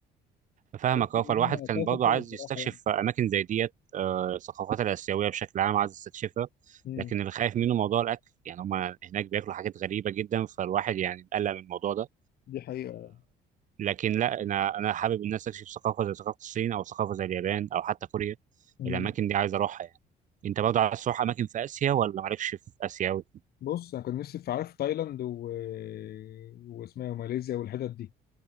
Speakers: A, on the right; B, on the left.
A: فاهمك
B: تحس ان
A: اه فالواحد
B: هم
A: كان
B: كوكب
A: برضه
B: تاني
A: عايز
B: بصراحه
A: يستكشف
B: يعني
A: اماكن زي ديت آه، الثقافات الاسيويه بشكل عام عايز يستكشفها
B: امم
A: لكن اللي خايف منه موضوع الاكل يعني هم هناك بياكلوا حاجات غريبه جدا فالواحد يعني مقلق من الموضوع ده
B: دي حقيقه
A: لكن لا انا انا حابب ان انا استكشف ثقافه زي ثقافه الصين او ثقافه زي اليابان او حتى كوريا
B: امم
A: الاماكن دي عايز اروحها يعني انت برضه عايز تروح اماكن في اسيا ولا مالكش في اسيا أوي؟
B: بص انا كنت نفسي في عارف تايلاند و... آه، واسمها إيه، ماليزيا والحتت دي